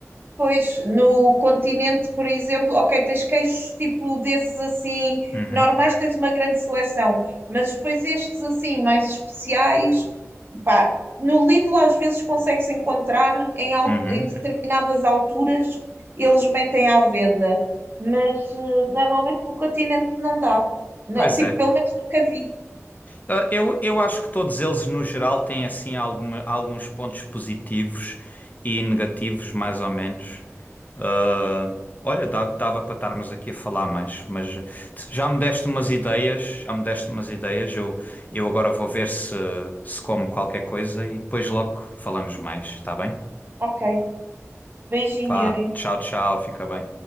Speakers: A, on the right; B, on the left.
A: Pois, no continente, por exemplo, ok, tens queijos tipo desses assim,
B: Uhum,
A: normais, tens uma grande seleção, mas depois estes assim, mais especiais, pá, no Lidl às vezes consegues encontrar em, al-
B: uhum.
A: em determinadas alturas, eles metem à venda, mas eh, normalmente no continente não dá. Não-
B: Pois
A: tipo,
B: é.
A: pelo menos nunca vi.
B: Ah, Eu, eu acho que todos eles, no geral, têm assim alguma- alguns pontos positivos e negativos, mais ou menos. Ah, olha, dá- dava para estarmos aqui a falar mais, mas eh, já me deste umas ideias, já me deste umas ideias. Eu, eu agora vou ver se, se como qualquer coisa e depois logo falamos mais, está bem?
A: Ok. Beijinho,
B: Vá,
A: Yuri.
B: tchau, tchau, fica bem.